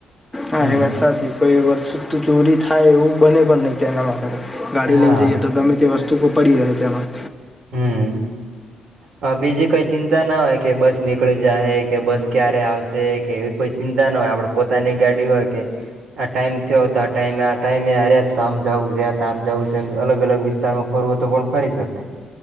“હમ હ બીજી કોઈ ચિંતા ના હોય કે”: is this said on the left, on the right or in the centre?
Right